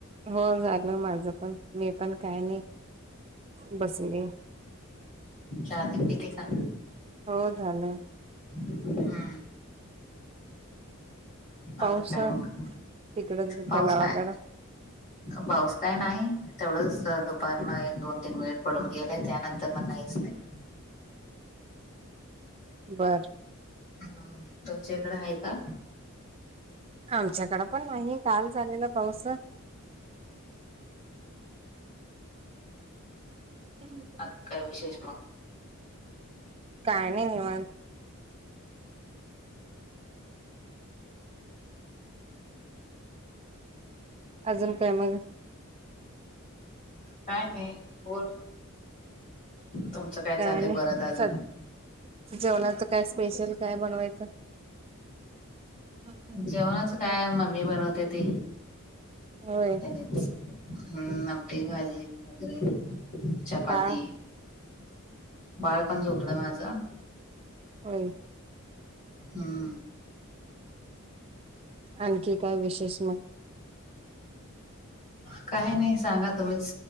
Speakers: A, on the right; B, on the left.
A: हो झालं माझं पण मी पण काय नाही बसली.
B: यह बी पीते का?
A: हो झालंय.
B: हम्म.
A: पाऊस
B: अजून काय मग
A: तिकड तुमच्या
B: पाऊस
A: गावाकड
B: काय? पाऊस काय नाही तेवढंच दुपारनं एक दोन तीन मिनिट पडून गेले त्या नंत तर मग काहीच नाही.
A: बरं.
B: ह तुमच्या इकडें हाय का?
A: आमच्याकडं पण नाही काल झालेलं पाऊस. हम् <unintelligible>
B: आजून काय विशेष माग?
A: काय नाही निवांत. अजून काय मग?
B: काय नाही बोल तुमचं.
A: काय
B: चाललंय
A: नाही
B: परत अजून
A: सल जेवणाच काय स्पेशल काय बनवायचं. <unintelligible>
B: जेवणाच काय मम्मी बनवते ते.
A: होय.
B: हम्म आमटी भाजी वगैरे चपाती.
A: बाळ
B: बाळ पण झोपलं माझं.
A: होय.
B: हम्म.
A: आणखी काय विशेष मग?
B: काय नाही सांगा तुम्हीच